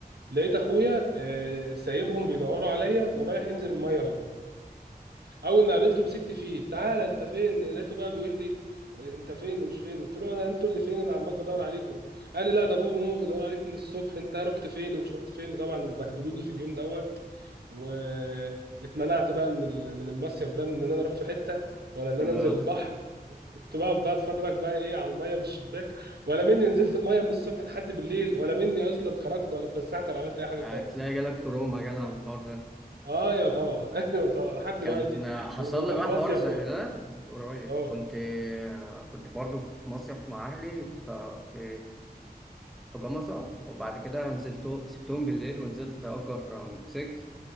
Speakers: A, on the right; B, in the centre.
A: لقيت اخويا آه، سايبهم بيدوروا عليا ورايح ينزل الميه اهو اول ما قابلته مسكت فيه تعالى انت فين لقيته بقى بيقول لي انت فين ومش فين قلت له انا انتوا اللي فين انا عمال بدور عليكم قال لي لا ده بابا وماما بيدوروا عليك من الصبح انت رحت فين ومش رحت فين طبعا وبهدلوني في اليوم دوت واتمنعت بقى من ال- من المصيف ده من ان انا اروح في حته ولا ان انا
B: آه.
A: انزل البحر كنت بقف بقى اتفرج بقى ايه على الميه من الشباك ولا مني نزلت الميه من الصبح لحد بالليل ولا مني اصلا خرجت ولا اتفسحت ولا عملت اي حاجه
B: هتلاقي
A: خالص
B: جالك تروما يا جدع من الحوار ده
A: ايوه طبعا <laughs> ايوه طبعا لحد دلوقتي
B: كان حصل
A: لما بروح
B: لي بقى
A: مصيف
B: حوار زي
A: ولا
B: ده قريب
A: اه
B: كنت آه، كنت برضه في مصيف مع أهلي ففي في جمصة وبعد كده نزلت سبتهم بالليل ونزلت أجر موتوسيكل